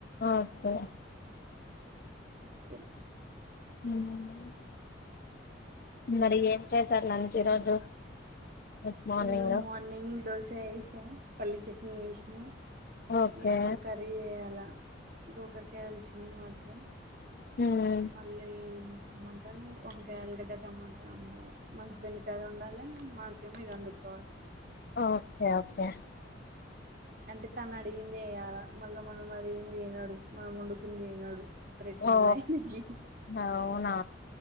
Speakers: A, on the left (about 50°); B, on the right (about 45°).
A: ఓకే
B: అంతే
A: ఉమ్ మరిగ్యా చేసార్ లంచ్ ఈ రోజు గుడ్ మార్నింగ్
B: ఇగ మార్నింగ్ దోస వేశా పల్లి చట్ని చేసినా
A: ఓకే
B: ఎ ఇప్పుడు కర్రి పదివేల ఇంకొకరి గెలిచింది మాతే
A: హ్మ్.
B: మళ్ళీ ఏమంటారు వంకాయ ఆలుగడ్డ టమాటా ఉండాలి మా హస్బెండ్ కి అది ఉండాలా మాకేమో ఇది వండుకోవాలి
A: ఓకే ఓకే
B: అంటే తను అడిగింది వేయాలా మళ్ళా మనం అడిగింది వినడు మనం వండుకుంది తినడు సెపరేట్ మళ్ళ
A: ఓ
B: ఆయనకి
A: అవునా